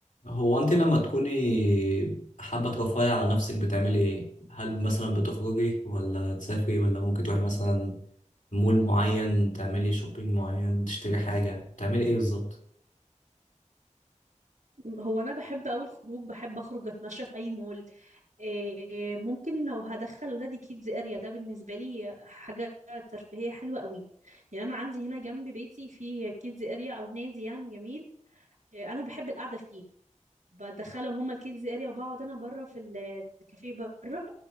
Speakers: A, on the left (about 80°); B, on the right (about 85°).
A: هو انت لما تكوني حابة ترفهي على نفسك بتعملي ايه؟ هل مثلا بتخرجي ولا تسافري ولا ممكن تروحي مثلا مول معين تعملي شوبينج معين تشتري حاجة تعملي ايه بالظبط؟
B: هو انا بحب اوي الخروج بحب اخرج اتمشى في اي مول إيه ممكن لو هدخل ولادي كيدز اريا ده بالنسبه لي حاجه ترفيهيه حلوه قوي يعني انا عندي هنا جنب بيتي في كيدز اريا او نادي يعني جميل إيه انا بحب القعده فيه بدخلهم هما الكيدز اريا وبقعد انا بره في ال- الكافيه بره